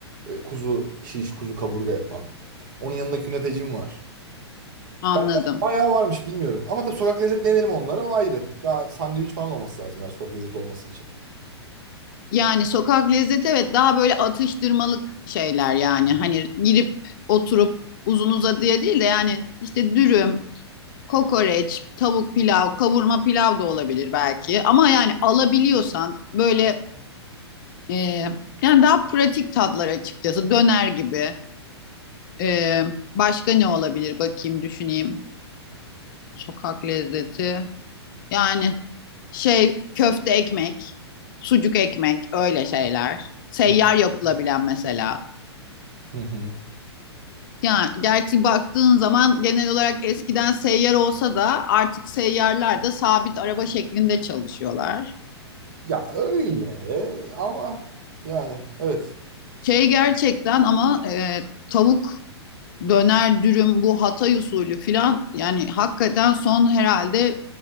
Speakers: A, on the right; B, on the left.
A: E, kuzu şiş, kuzu kaburga yapan. Onun yanında künefecim var.
B: anladım.
A: Ben bayağı varmış bilmiyorum. Ama tabii sokak lezzet denerim onları o ayrı. Daha sandviç falan olması lazım yani sokak lezzet olması için.
B: Yani sokak lezzeti evet daha böyle atıştırmalık şeyler yani.
A: Hı
B: Hani girip oturup uzun uzadıya değil de yani işte dürüm, kokoreç, tavuk pilav, kavurma pilav da olabilir belki. Ama yani alabiliyorsan böyle e, yani daha pratik tatlar açıkçası döner gibi. E, başka ne olabilir bakayım düşüneyim. Sokak lezzeti. Yani şey köfte ekmek, sucuk ekmek öyle şeyler. Seyyar
A: hı.
B: yapılabilen mesela.
A: Hı hı.
B: Yani gerçi baktığın zaman genel olarak eskiden seyyar olsa da artık seyyarlar da sabit araba şeklinde çalışıyorlar.
A: Ya öyle ama yani evet.
B: Şey gerçekten ama e, tavuk döner dürüm bu Hatay usulü filan yani hakikaten son herhalde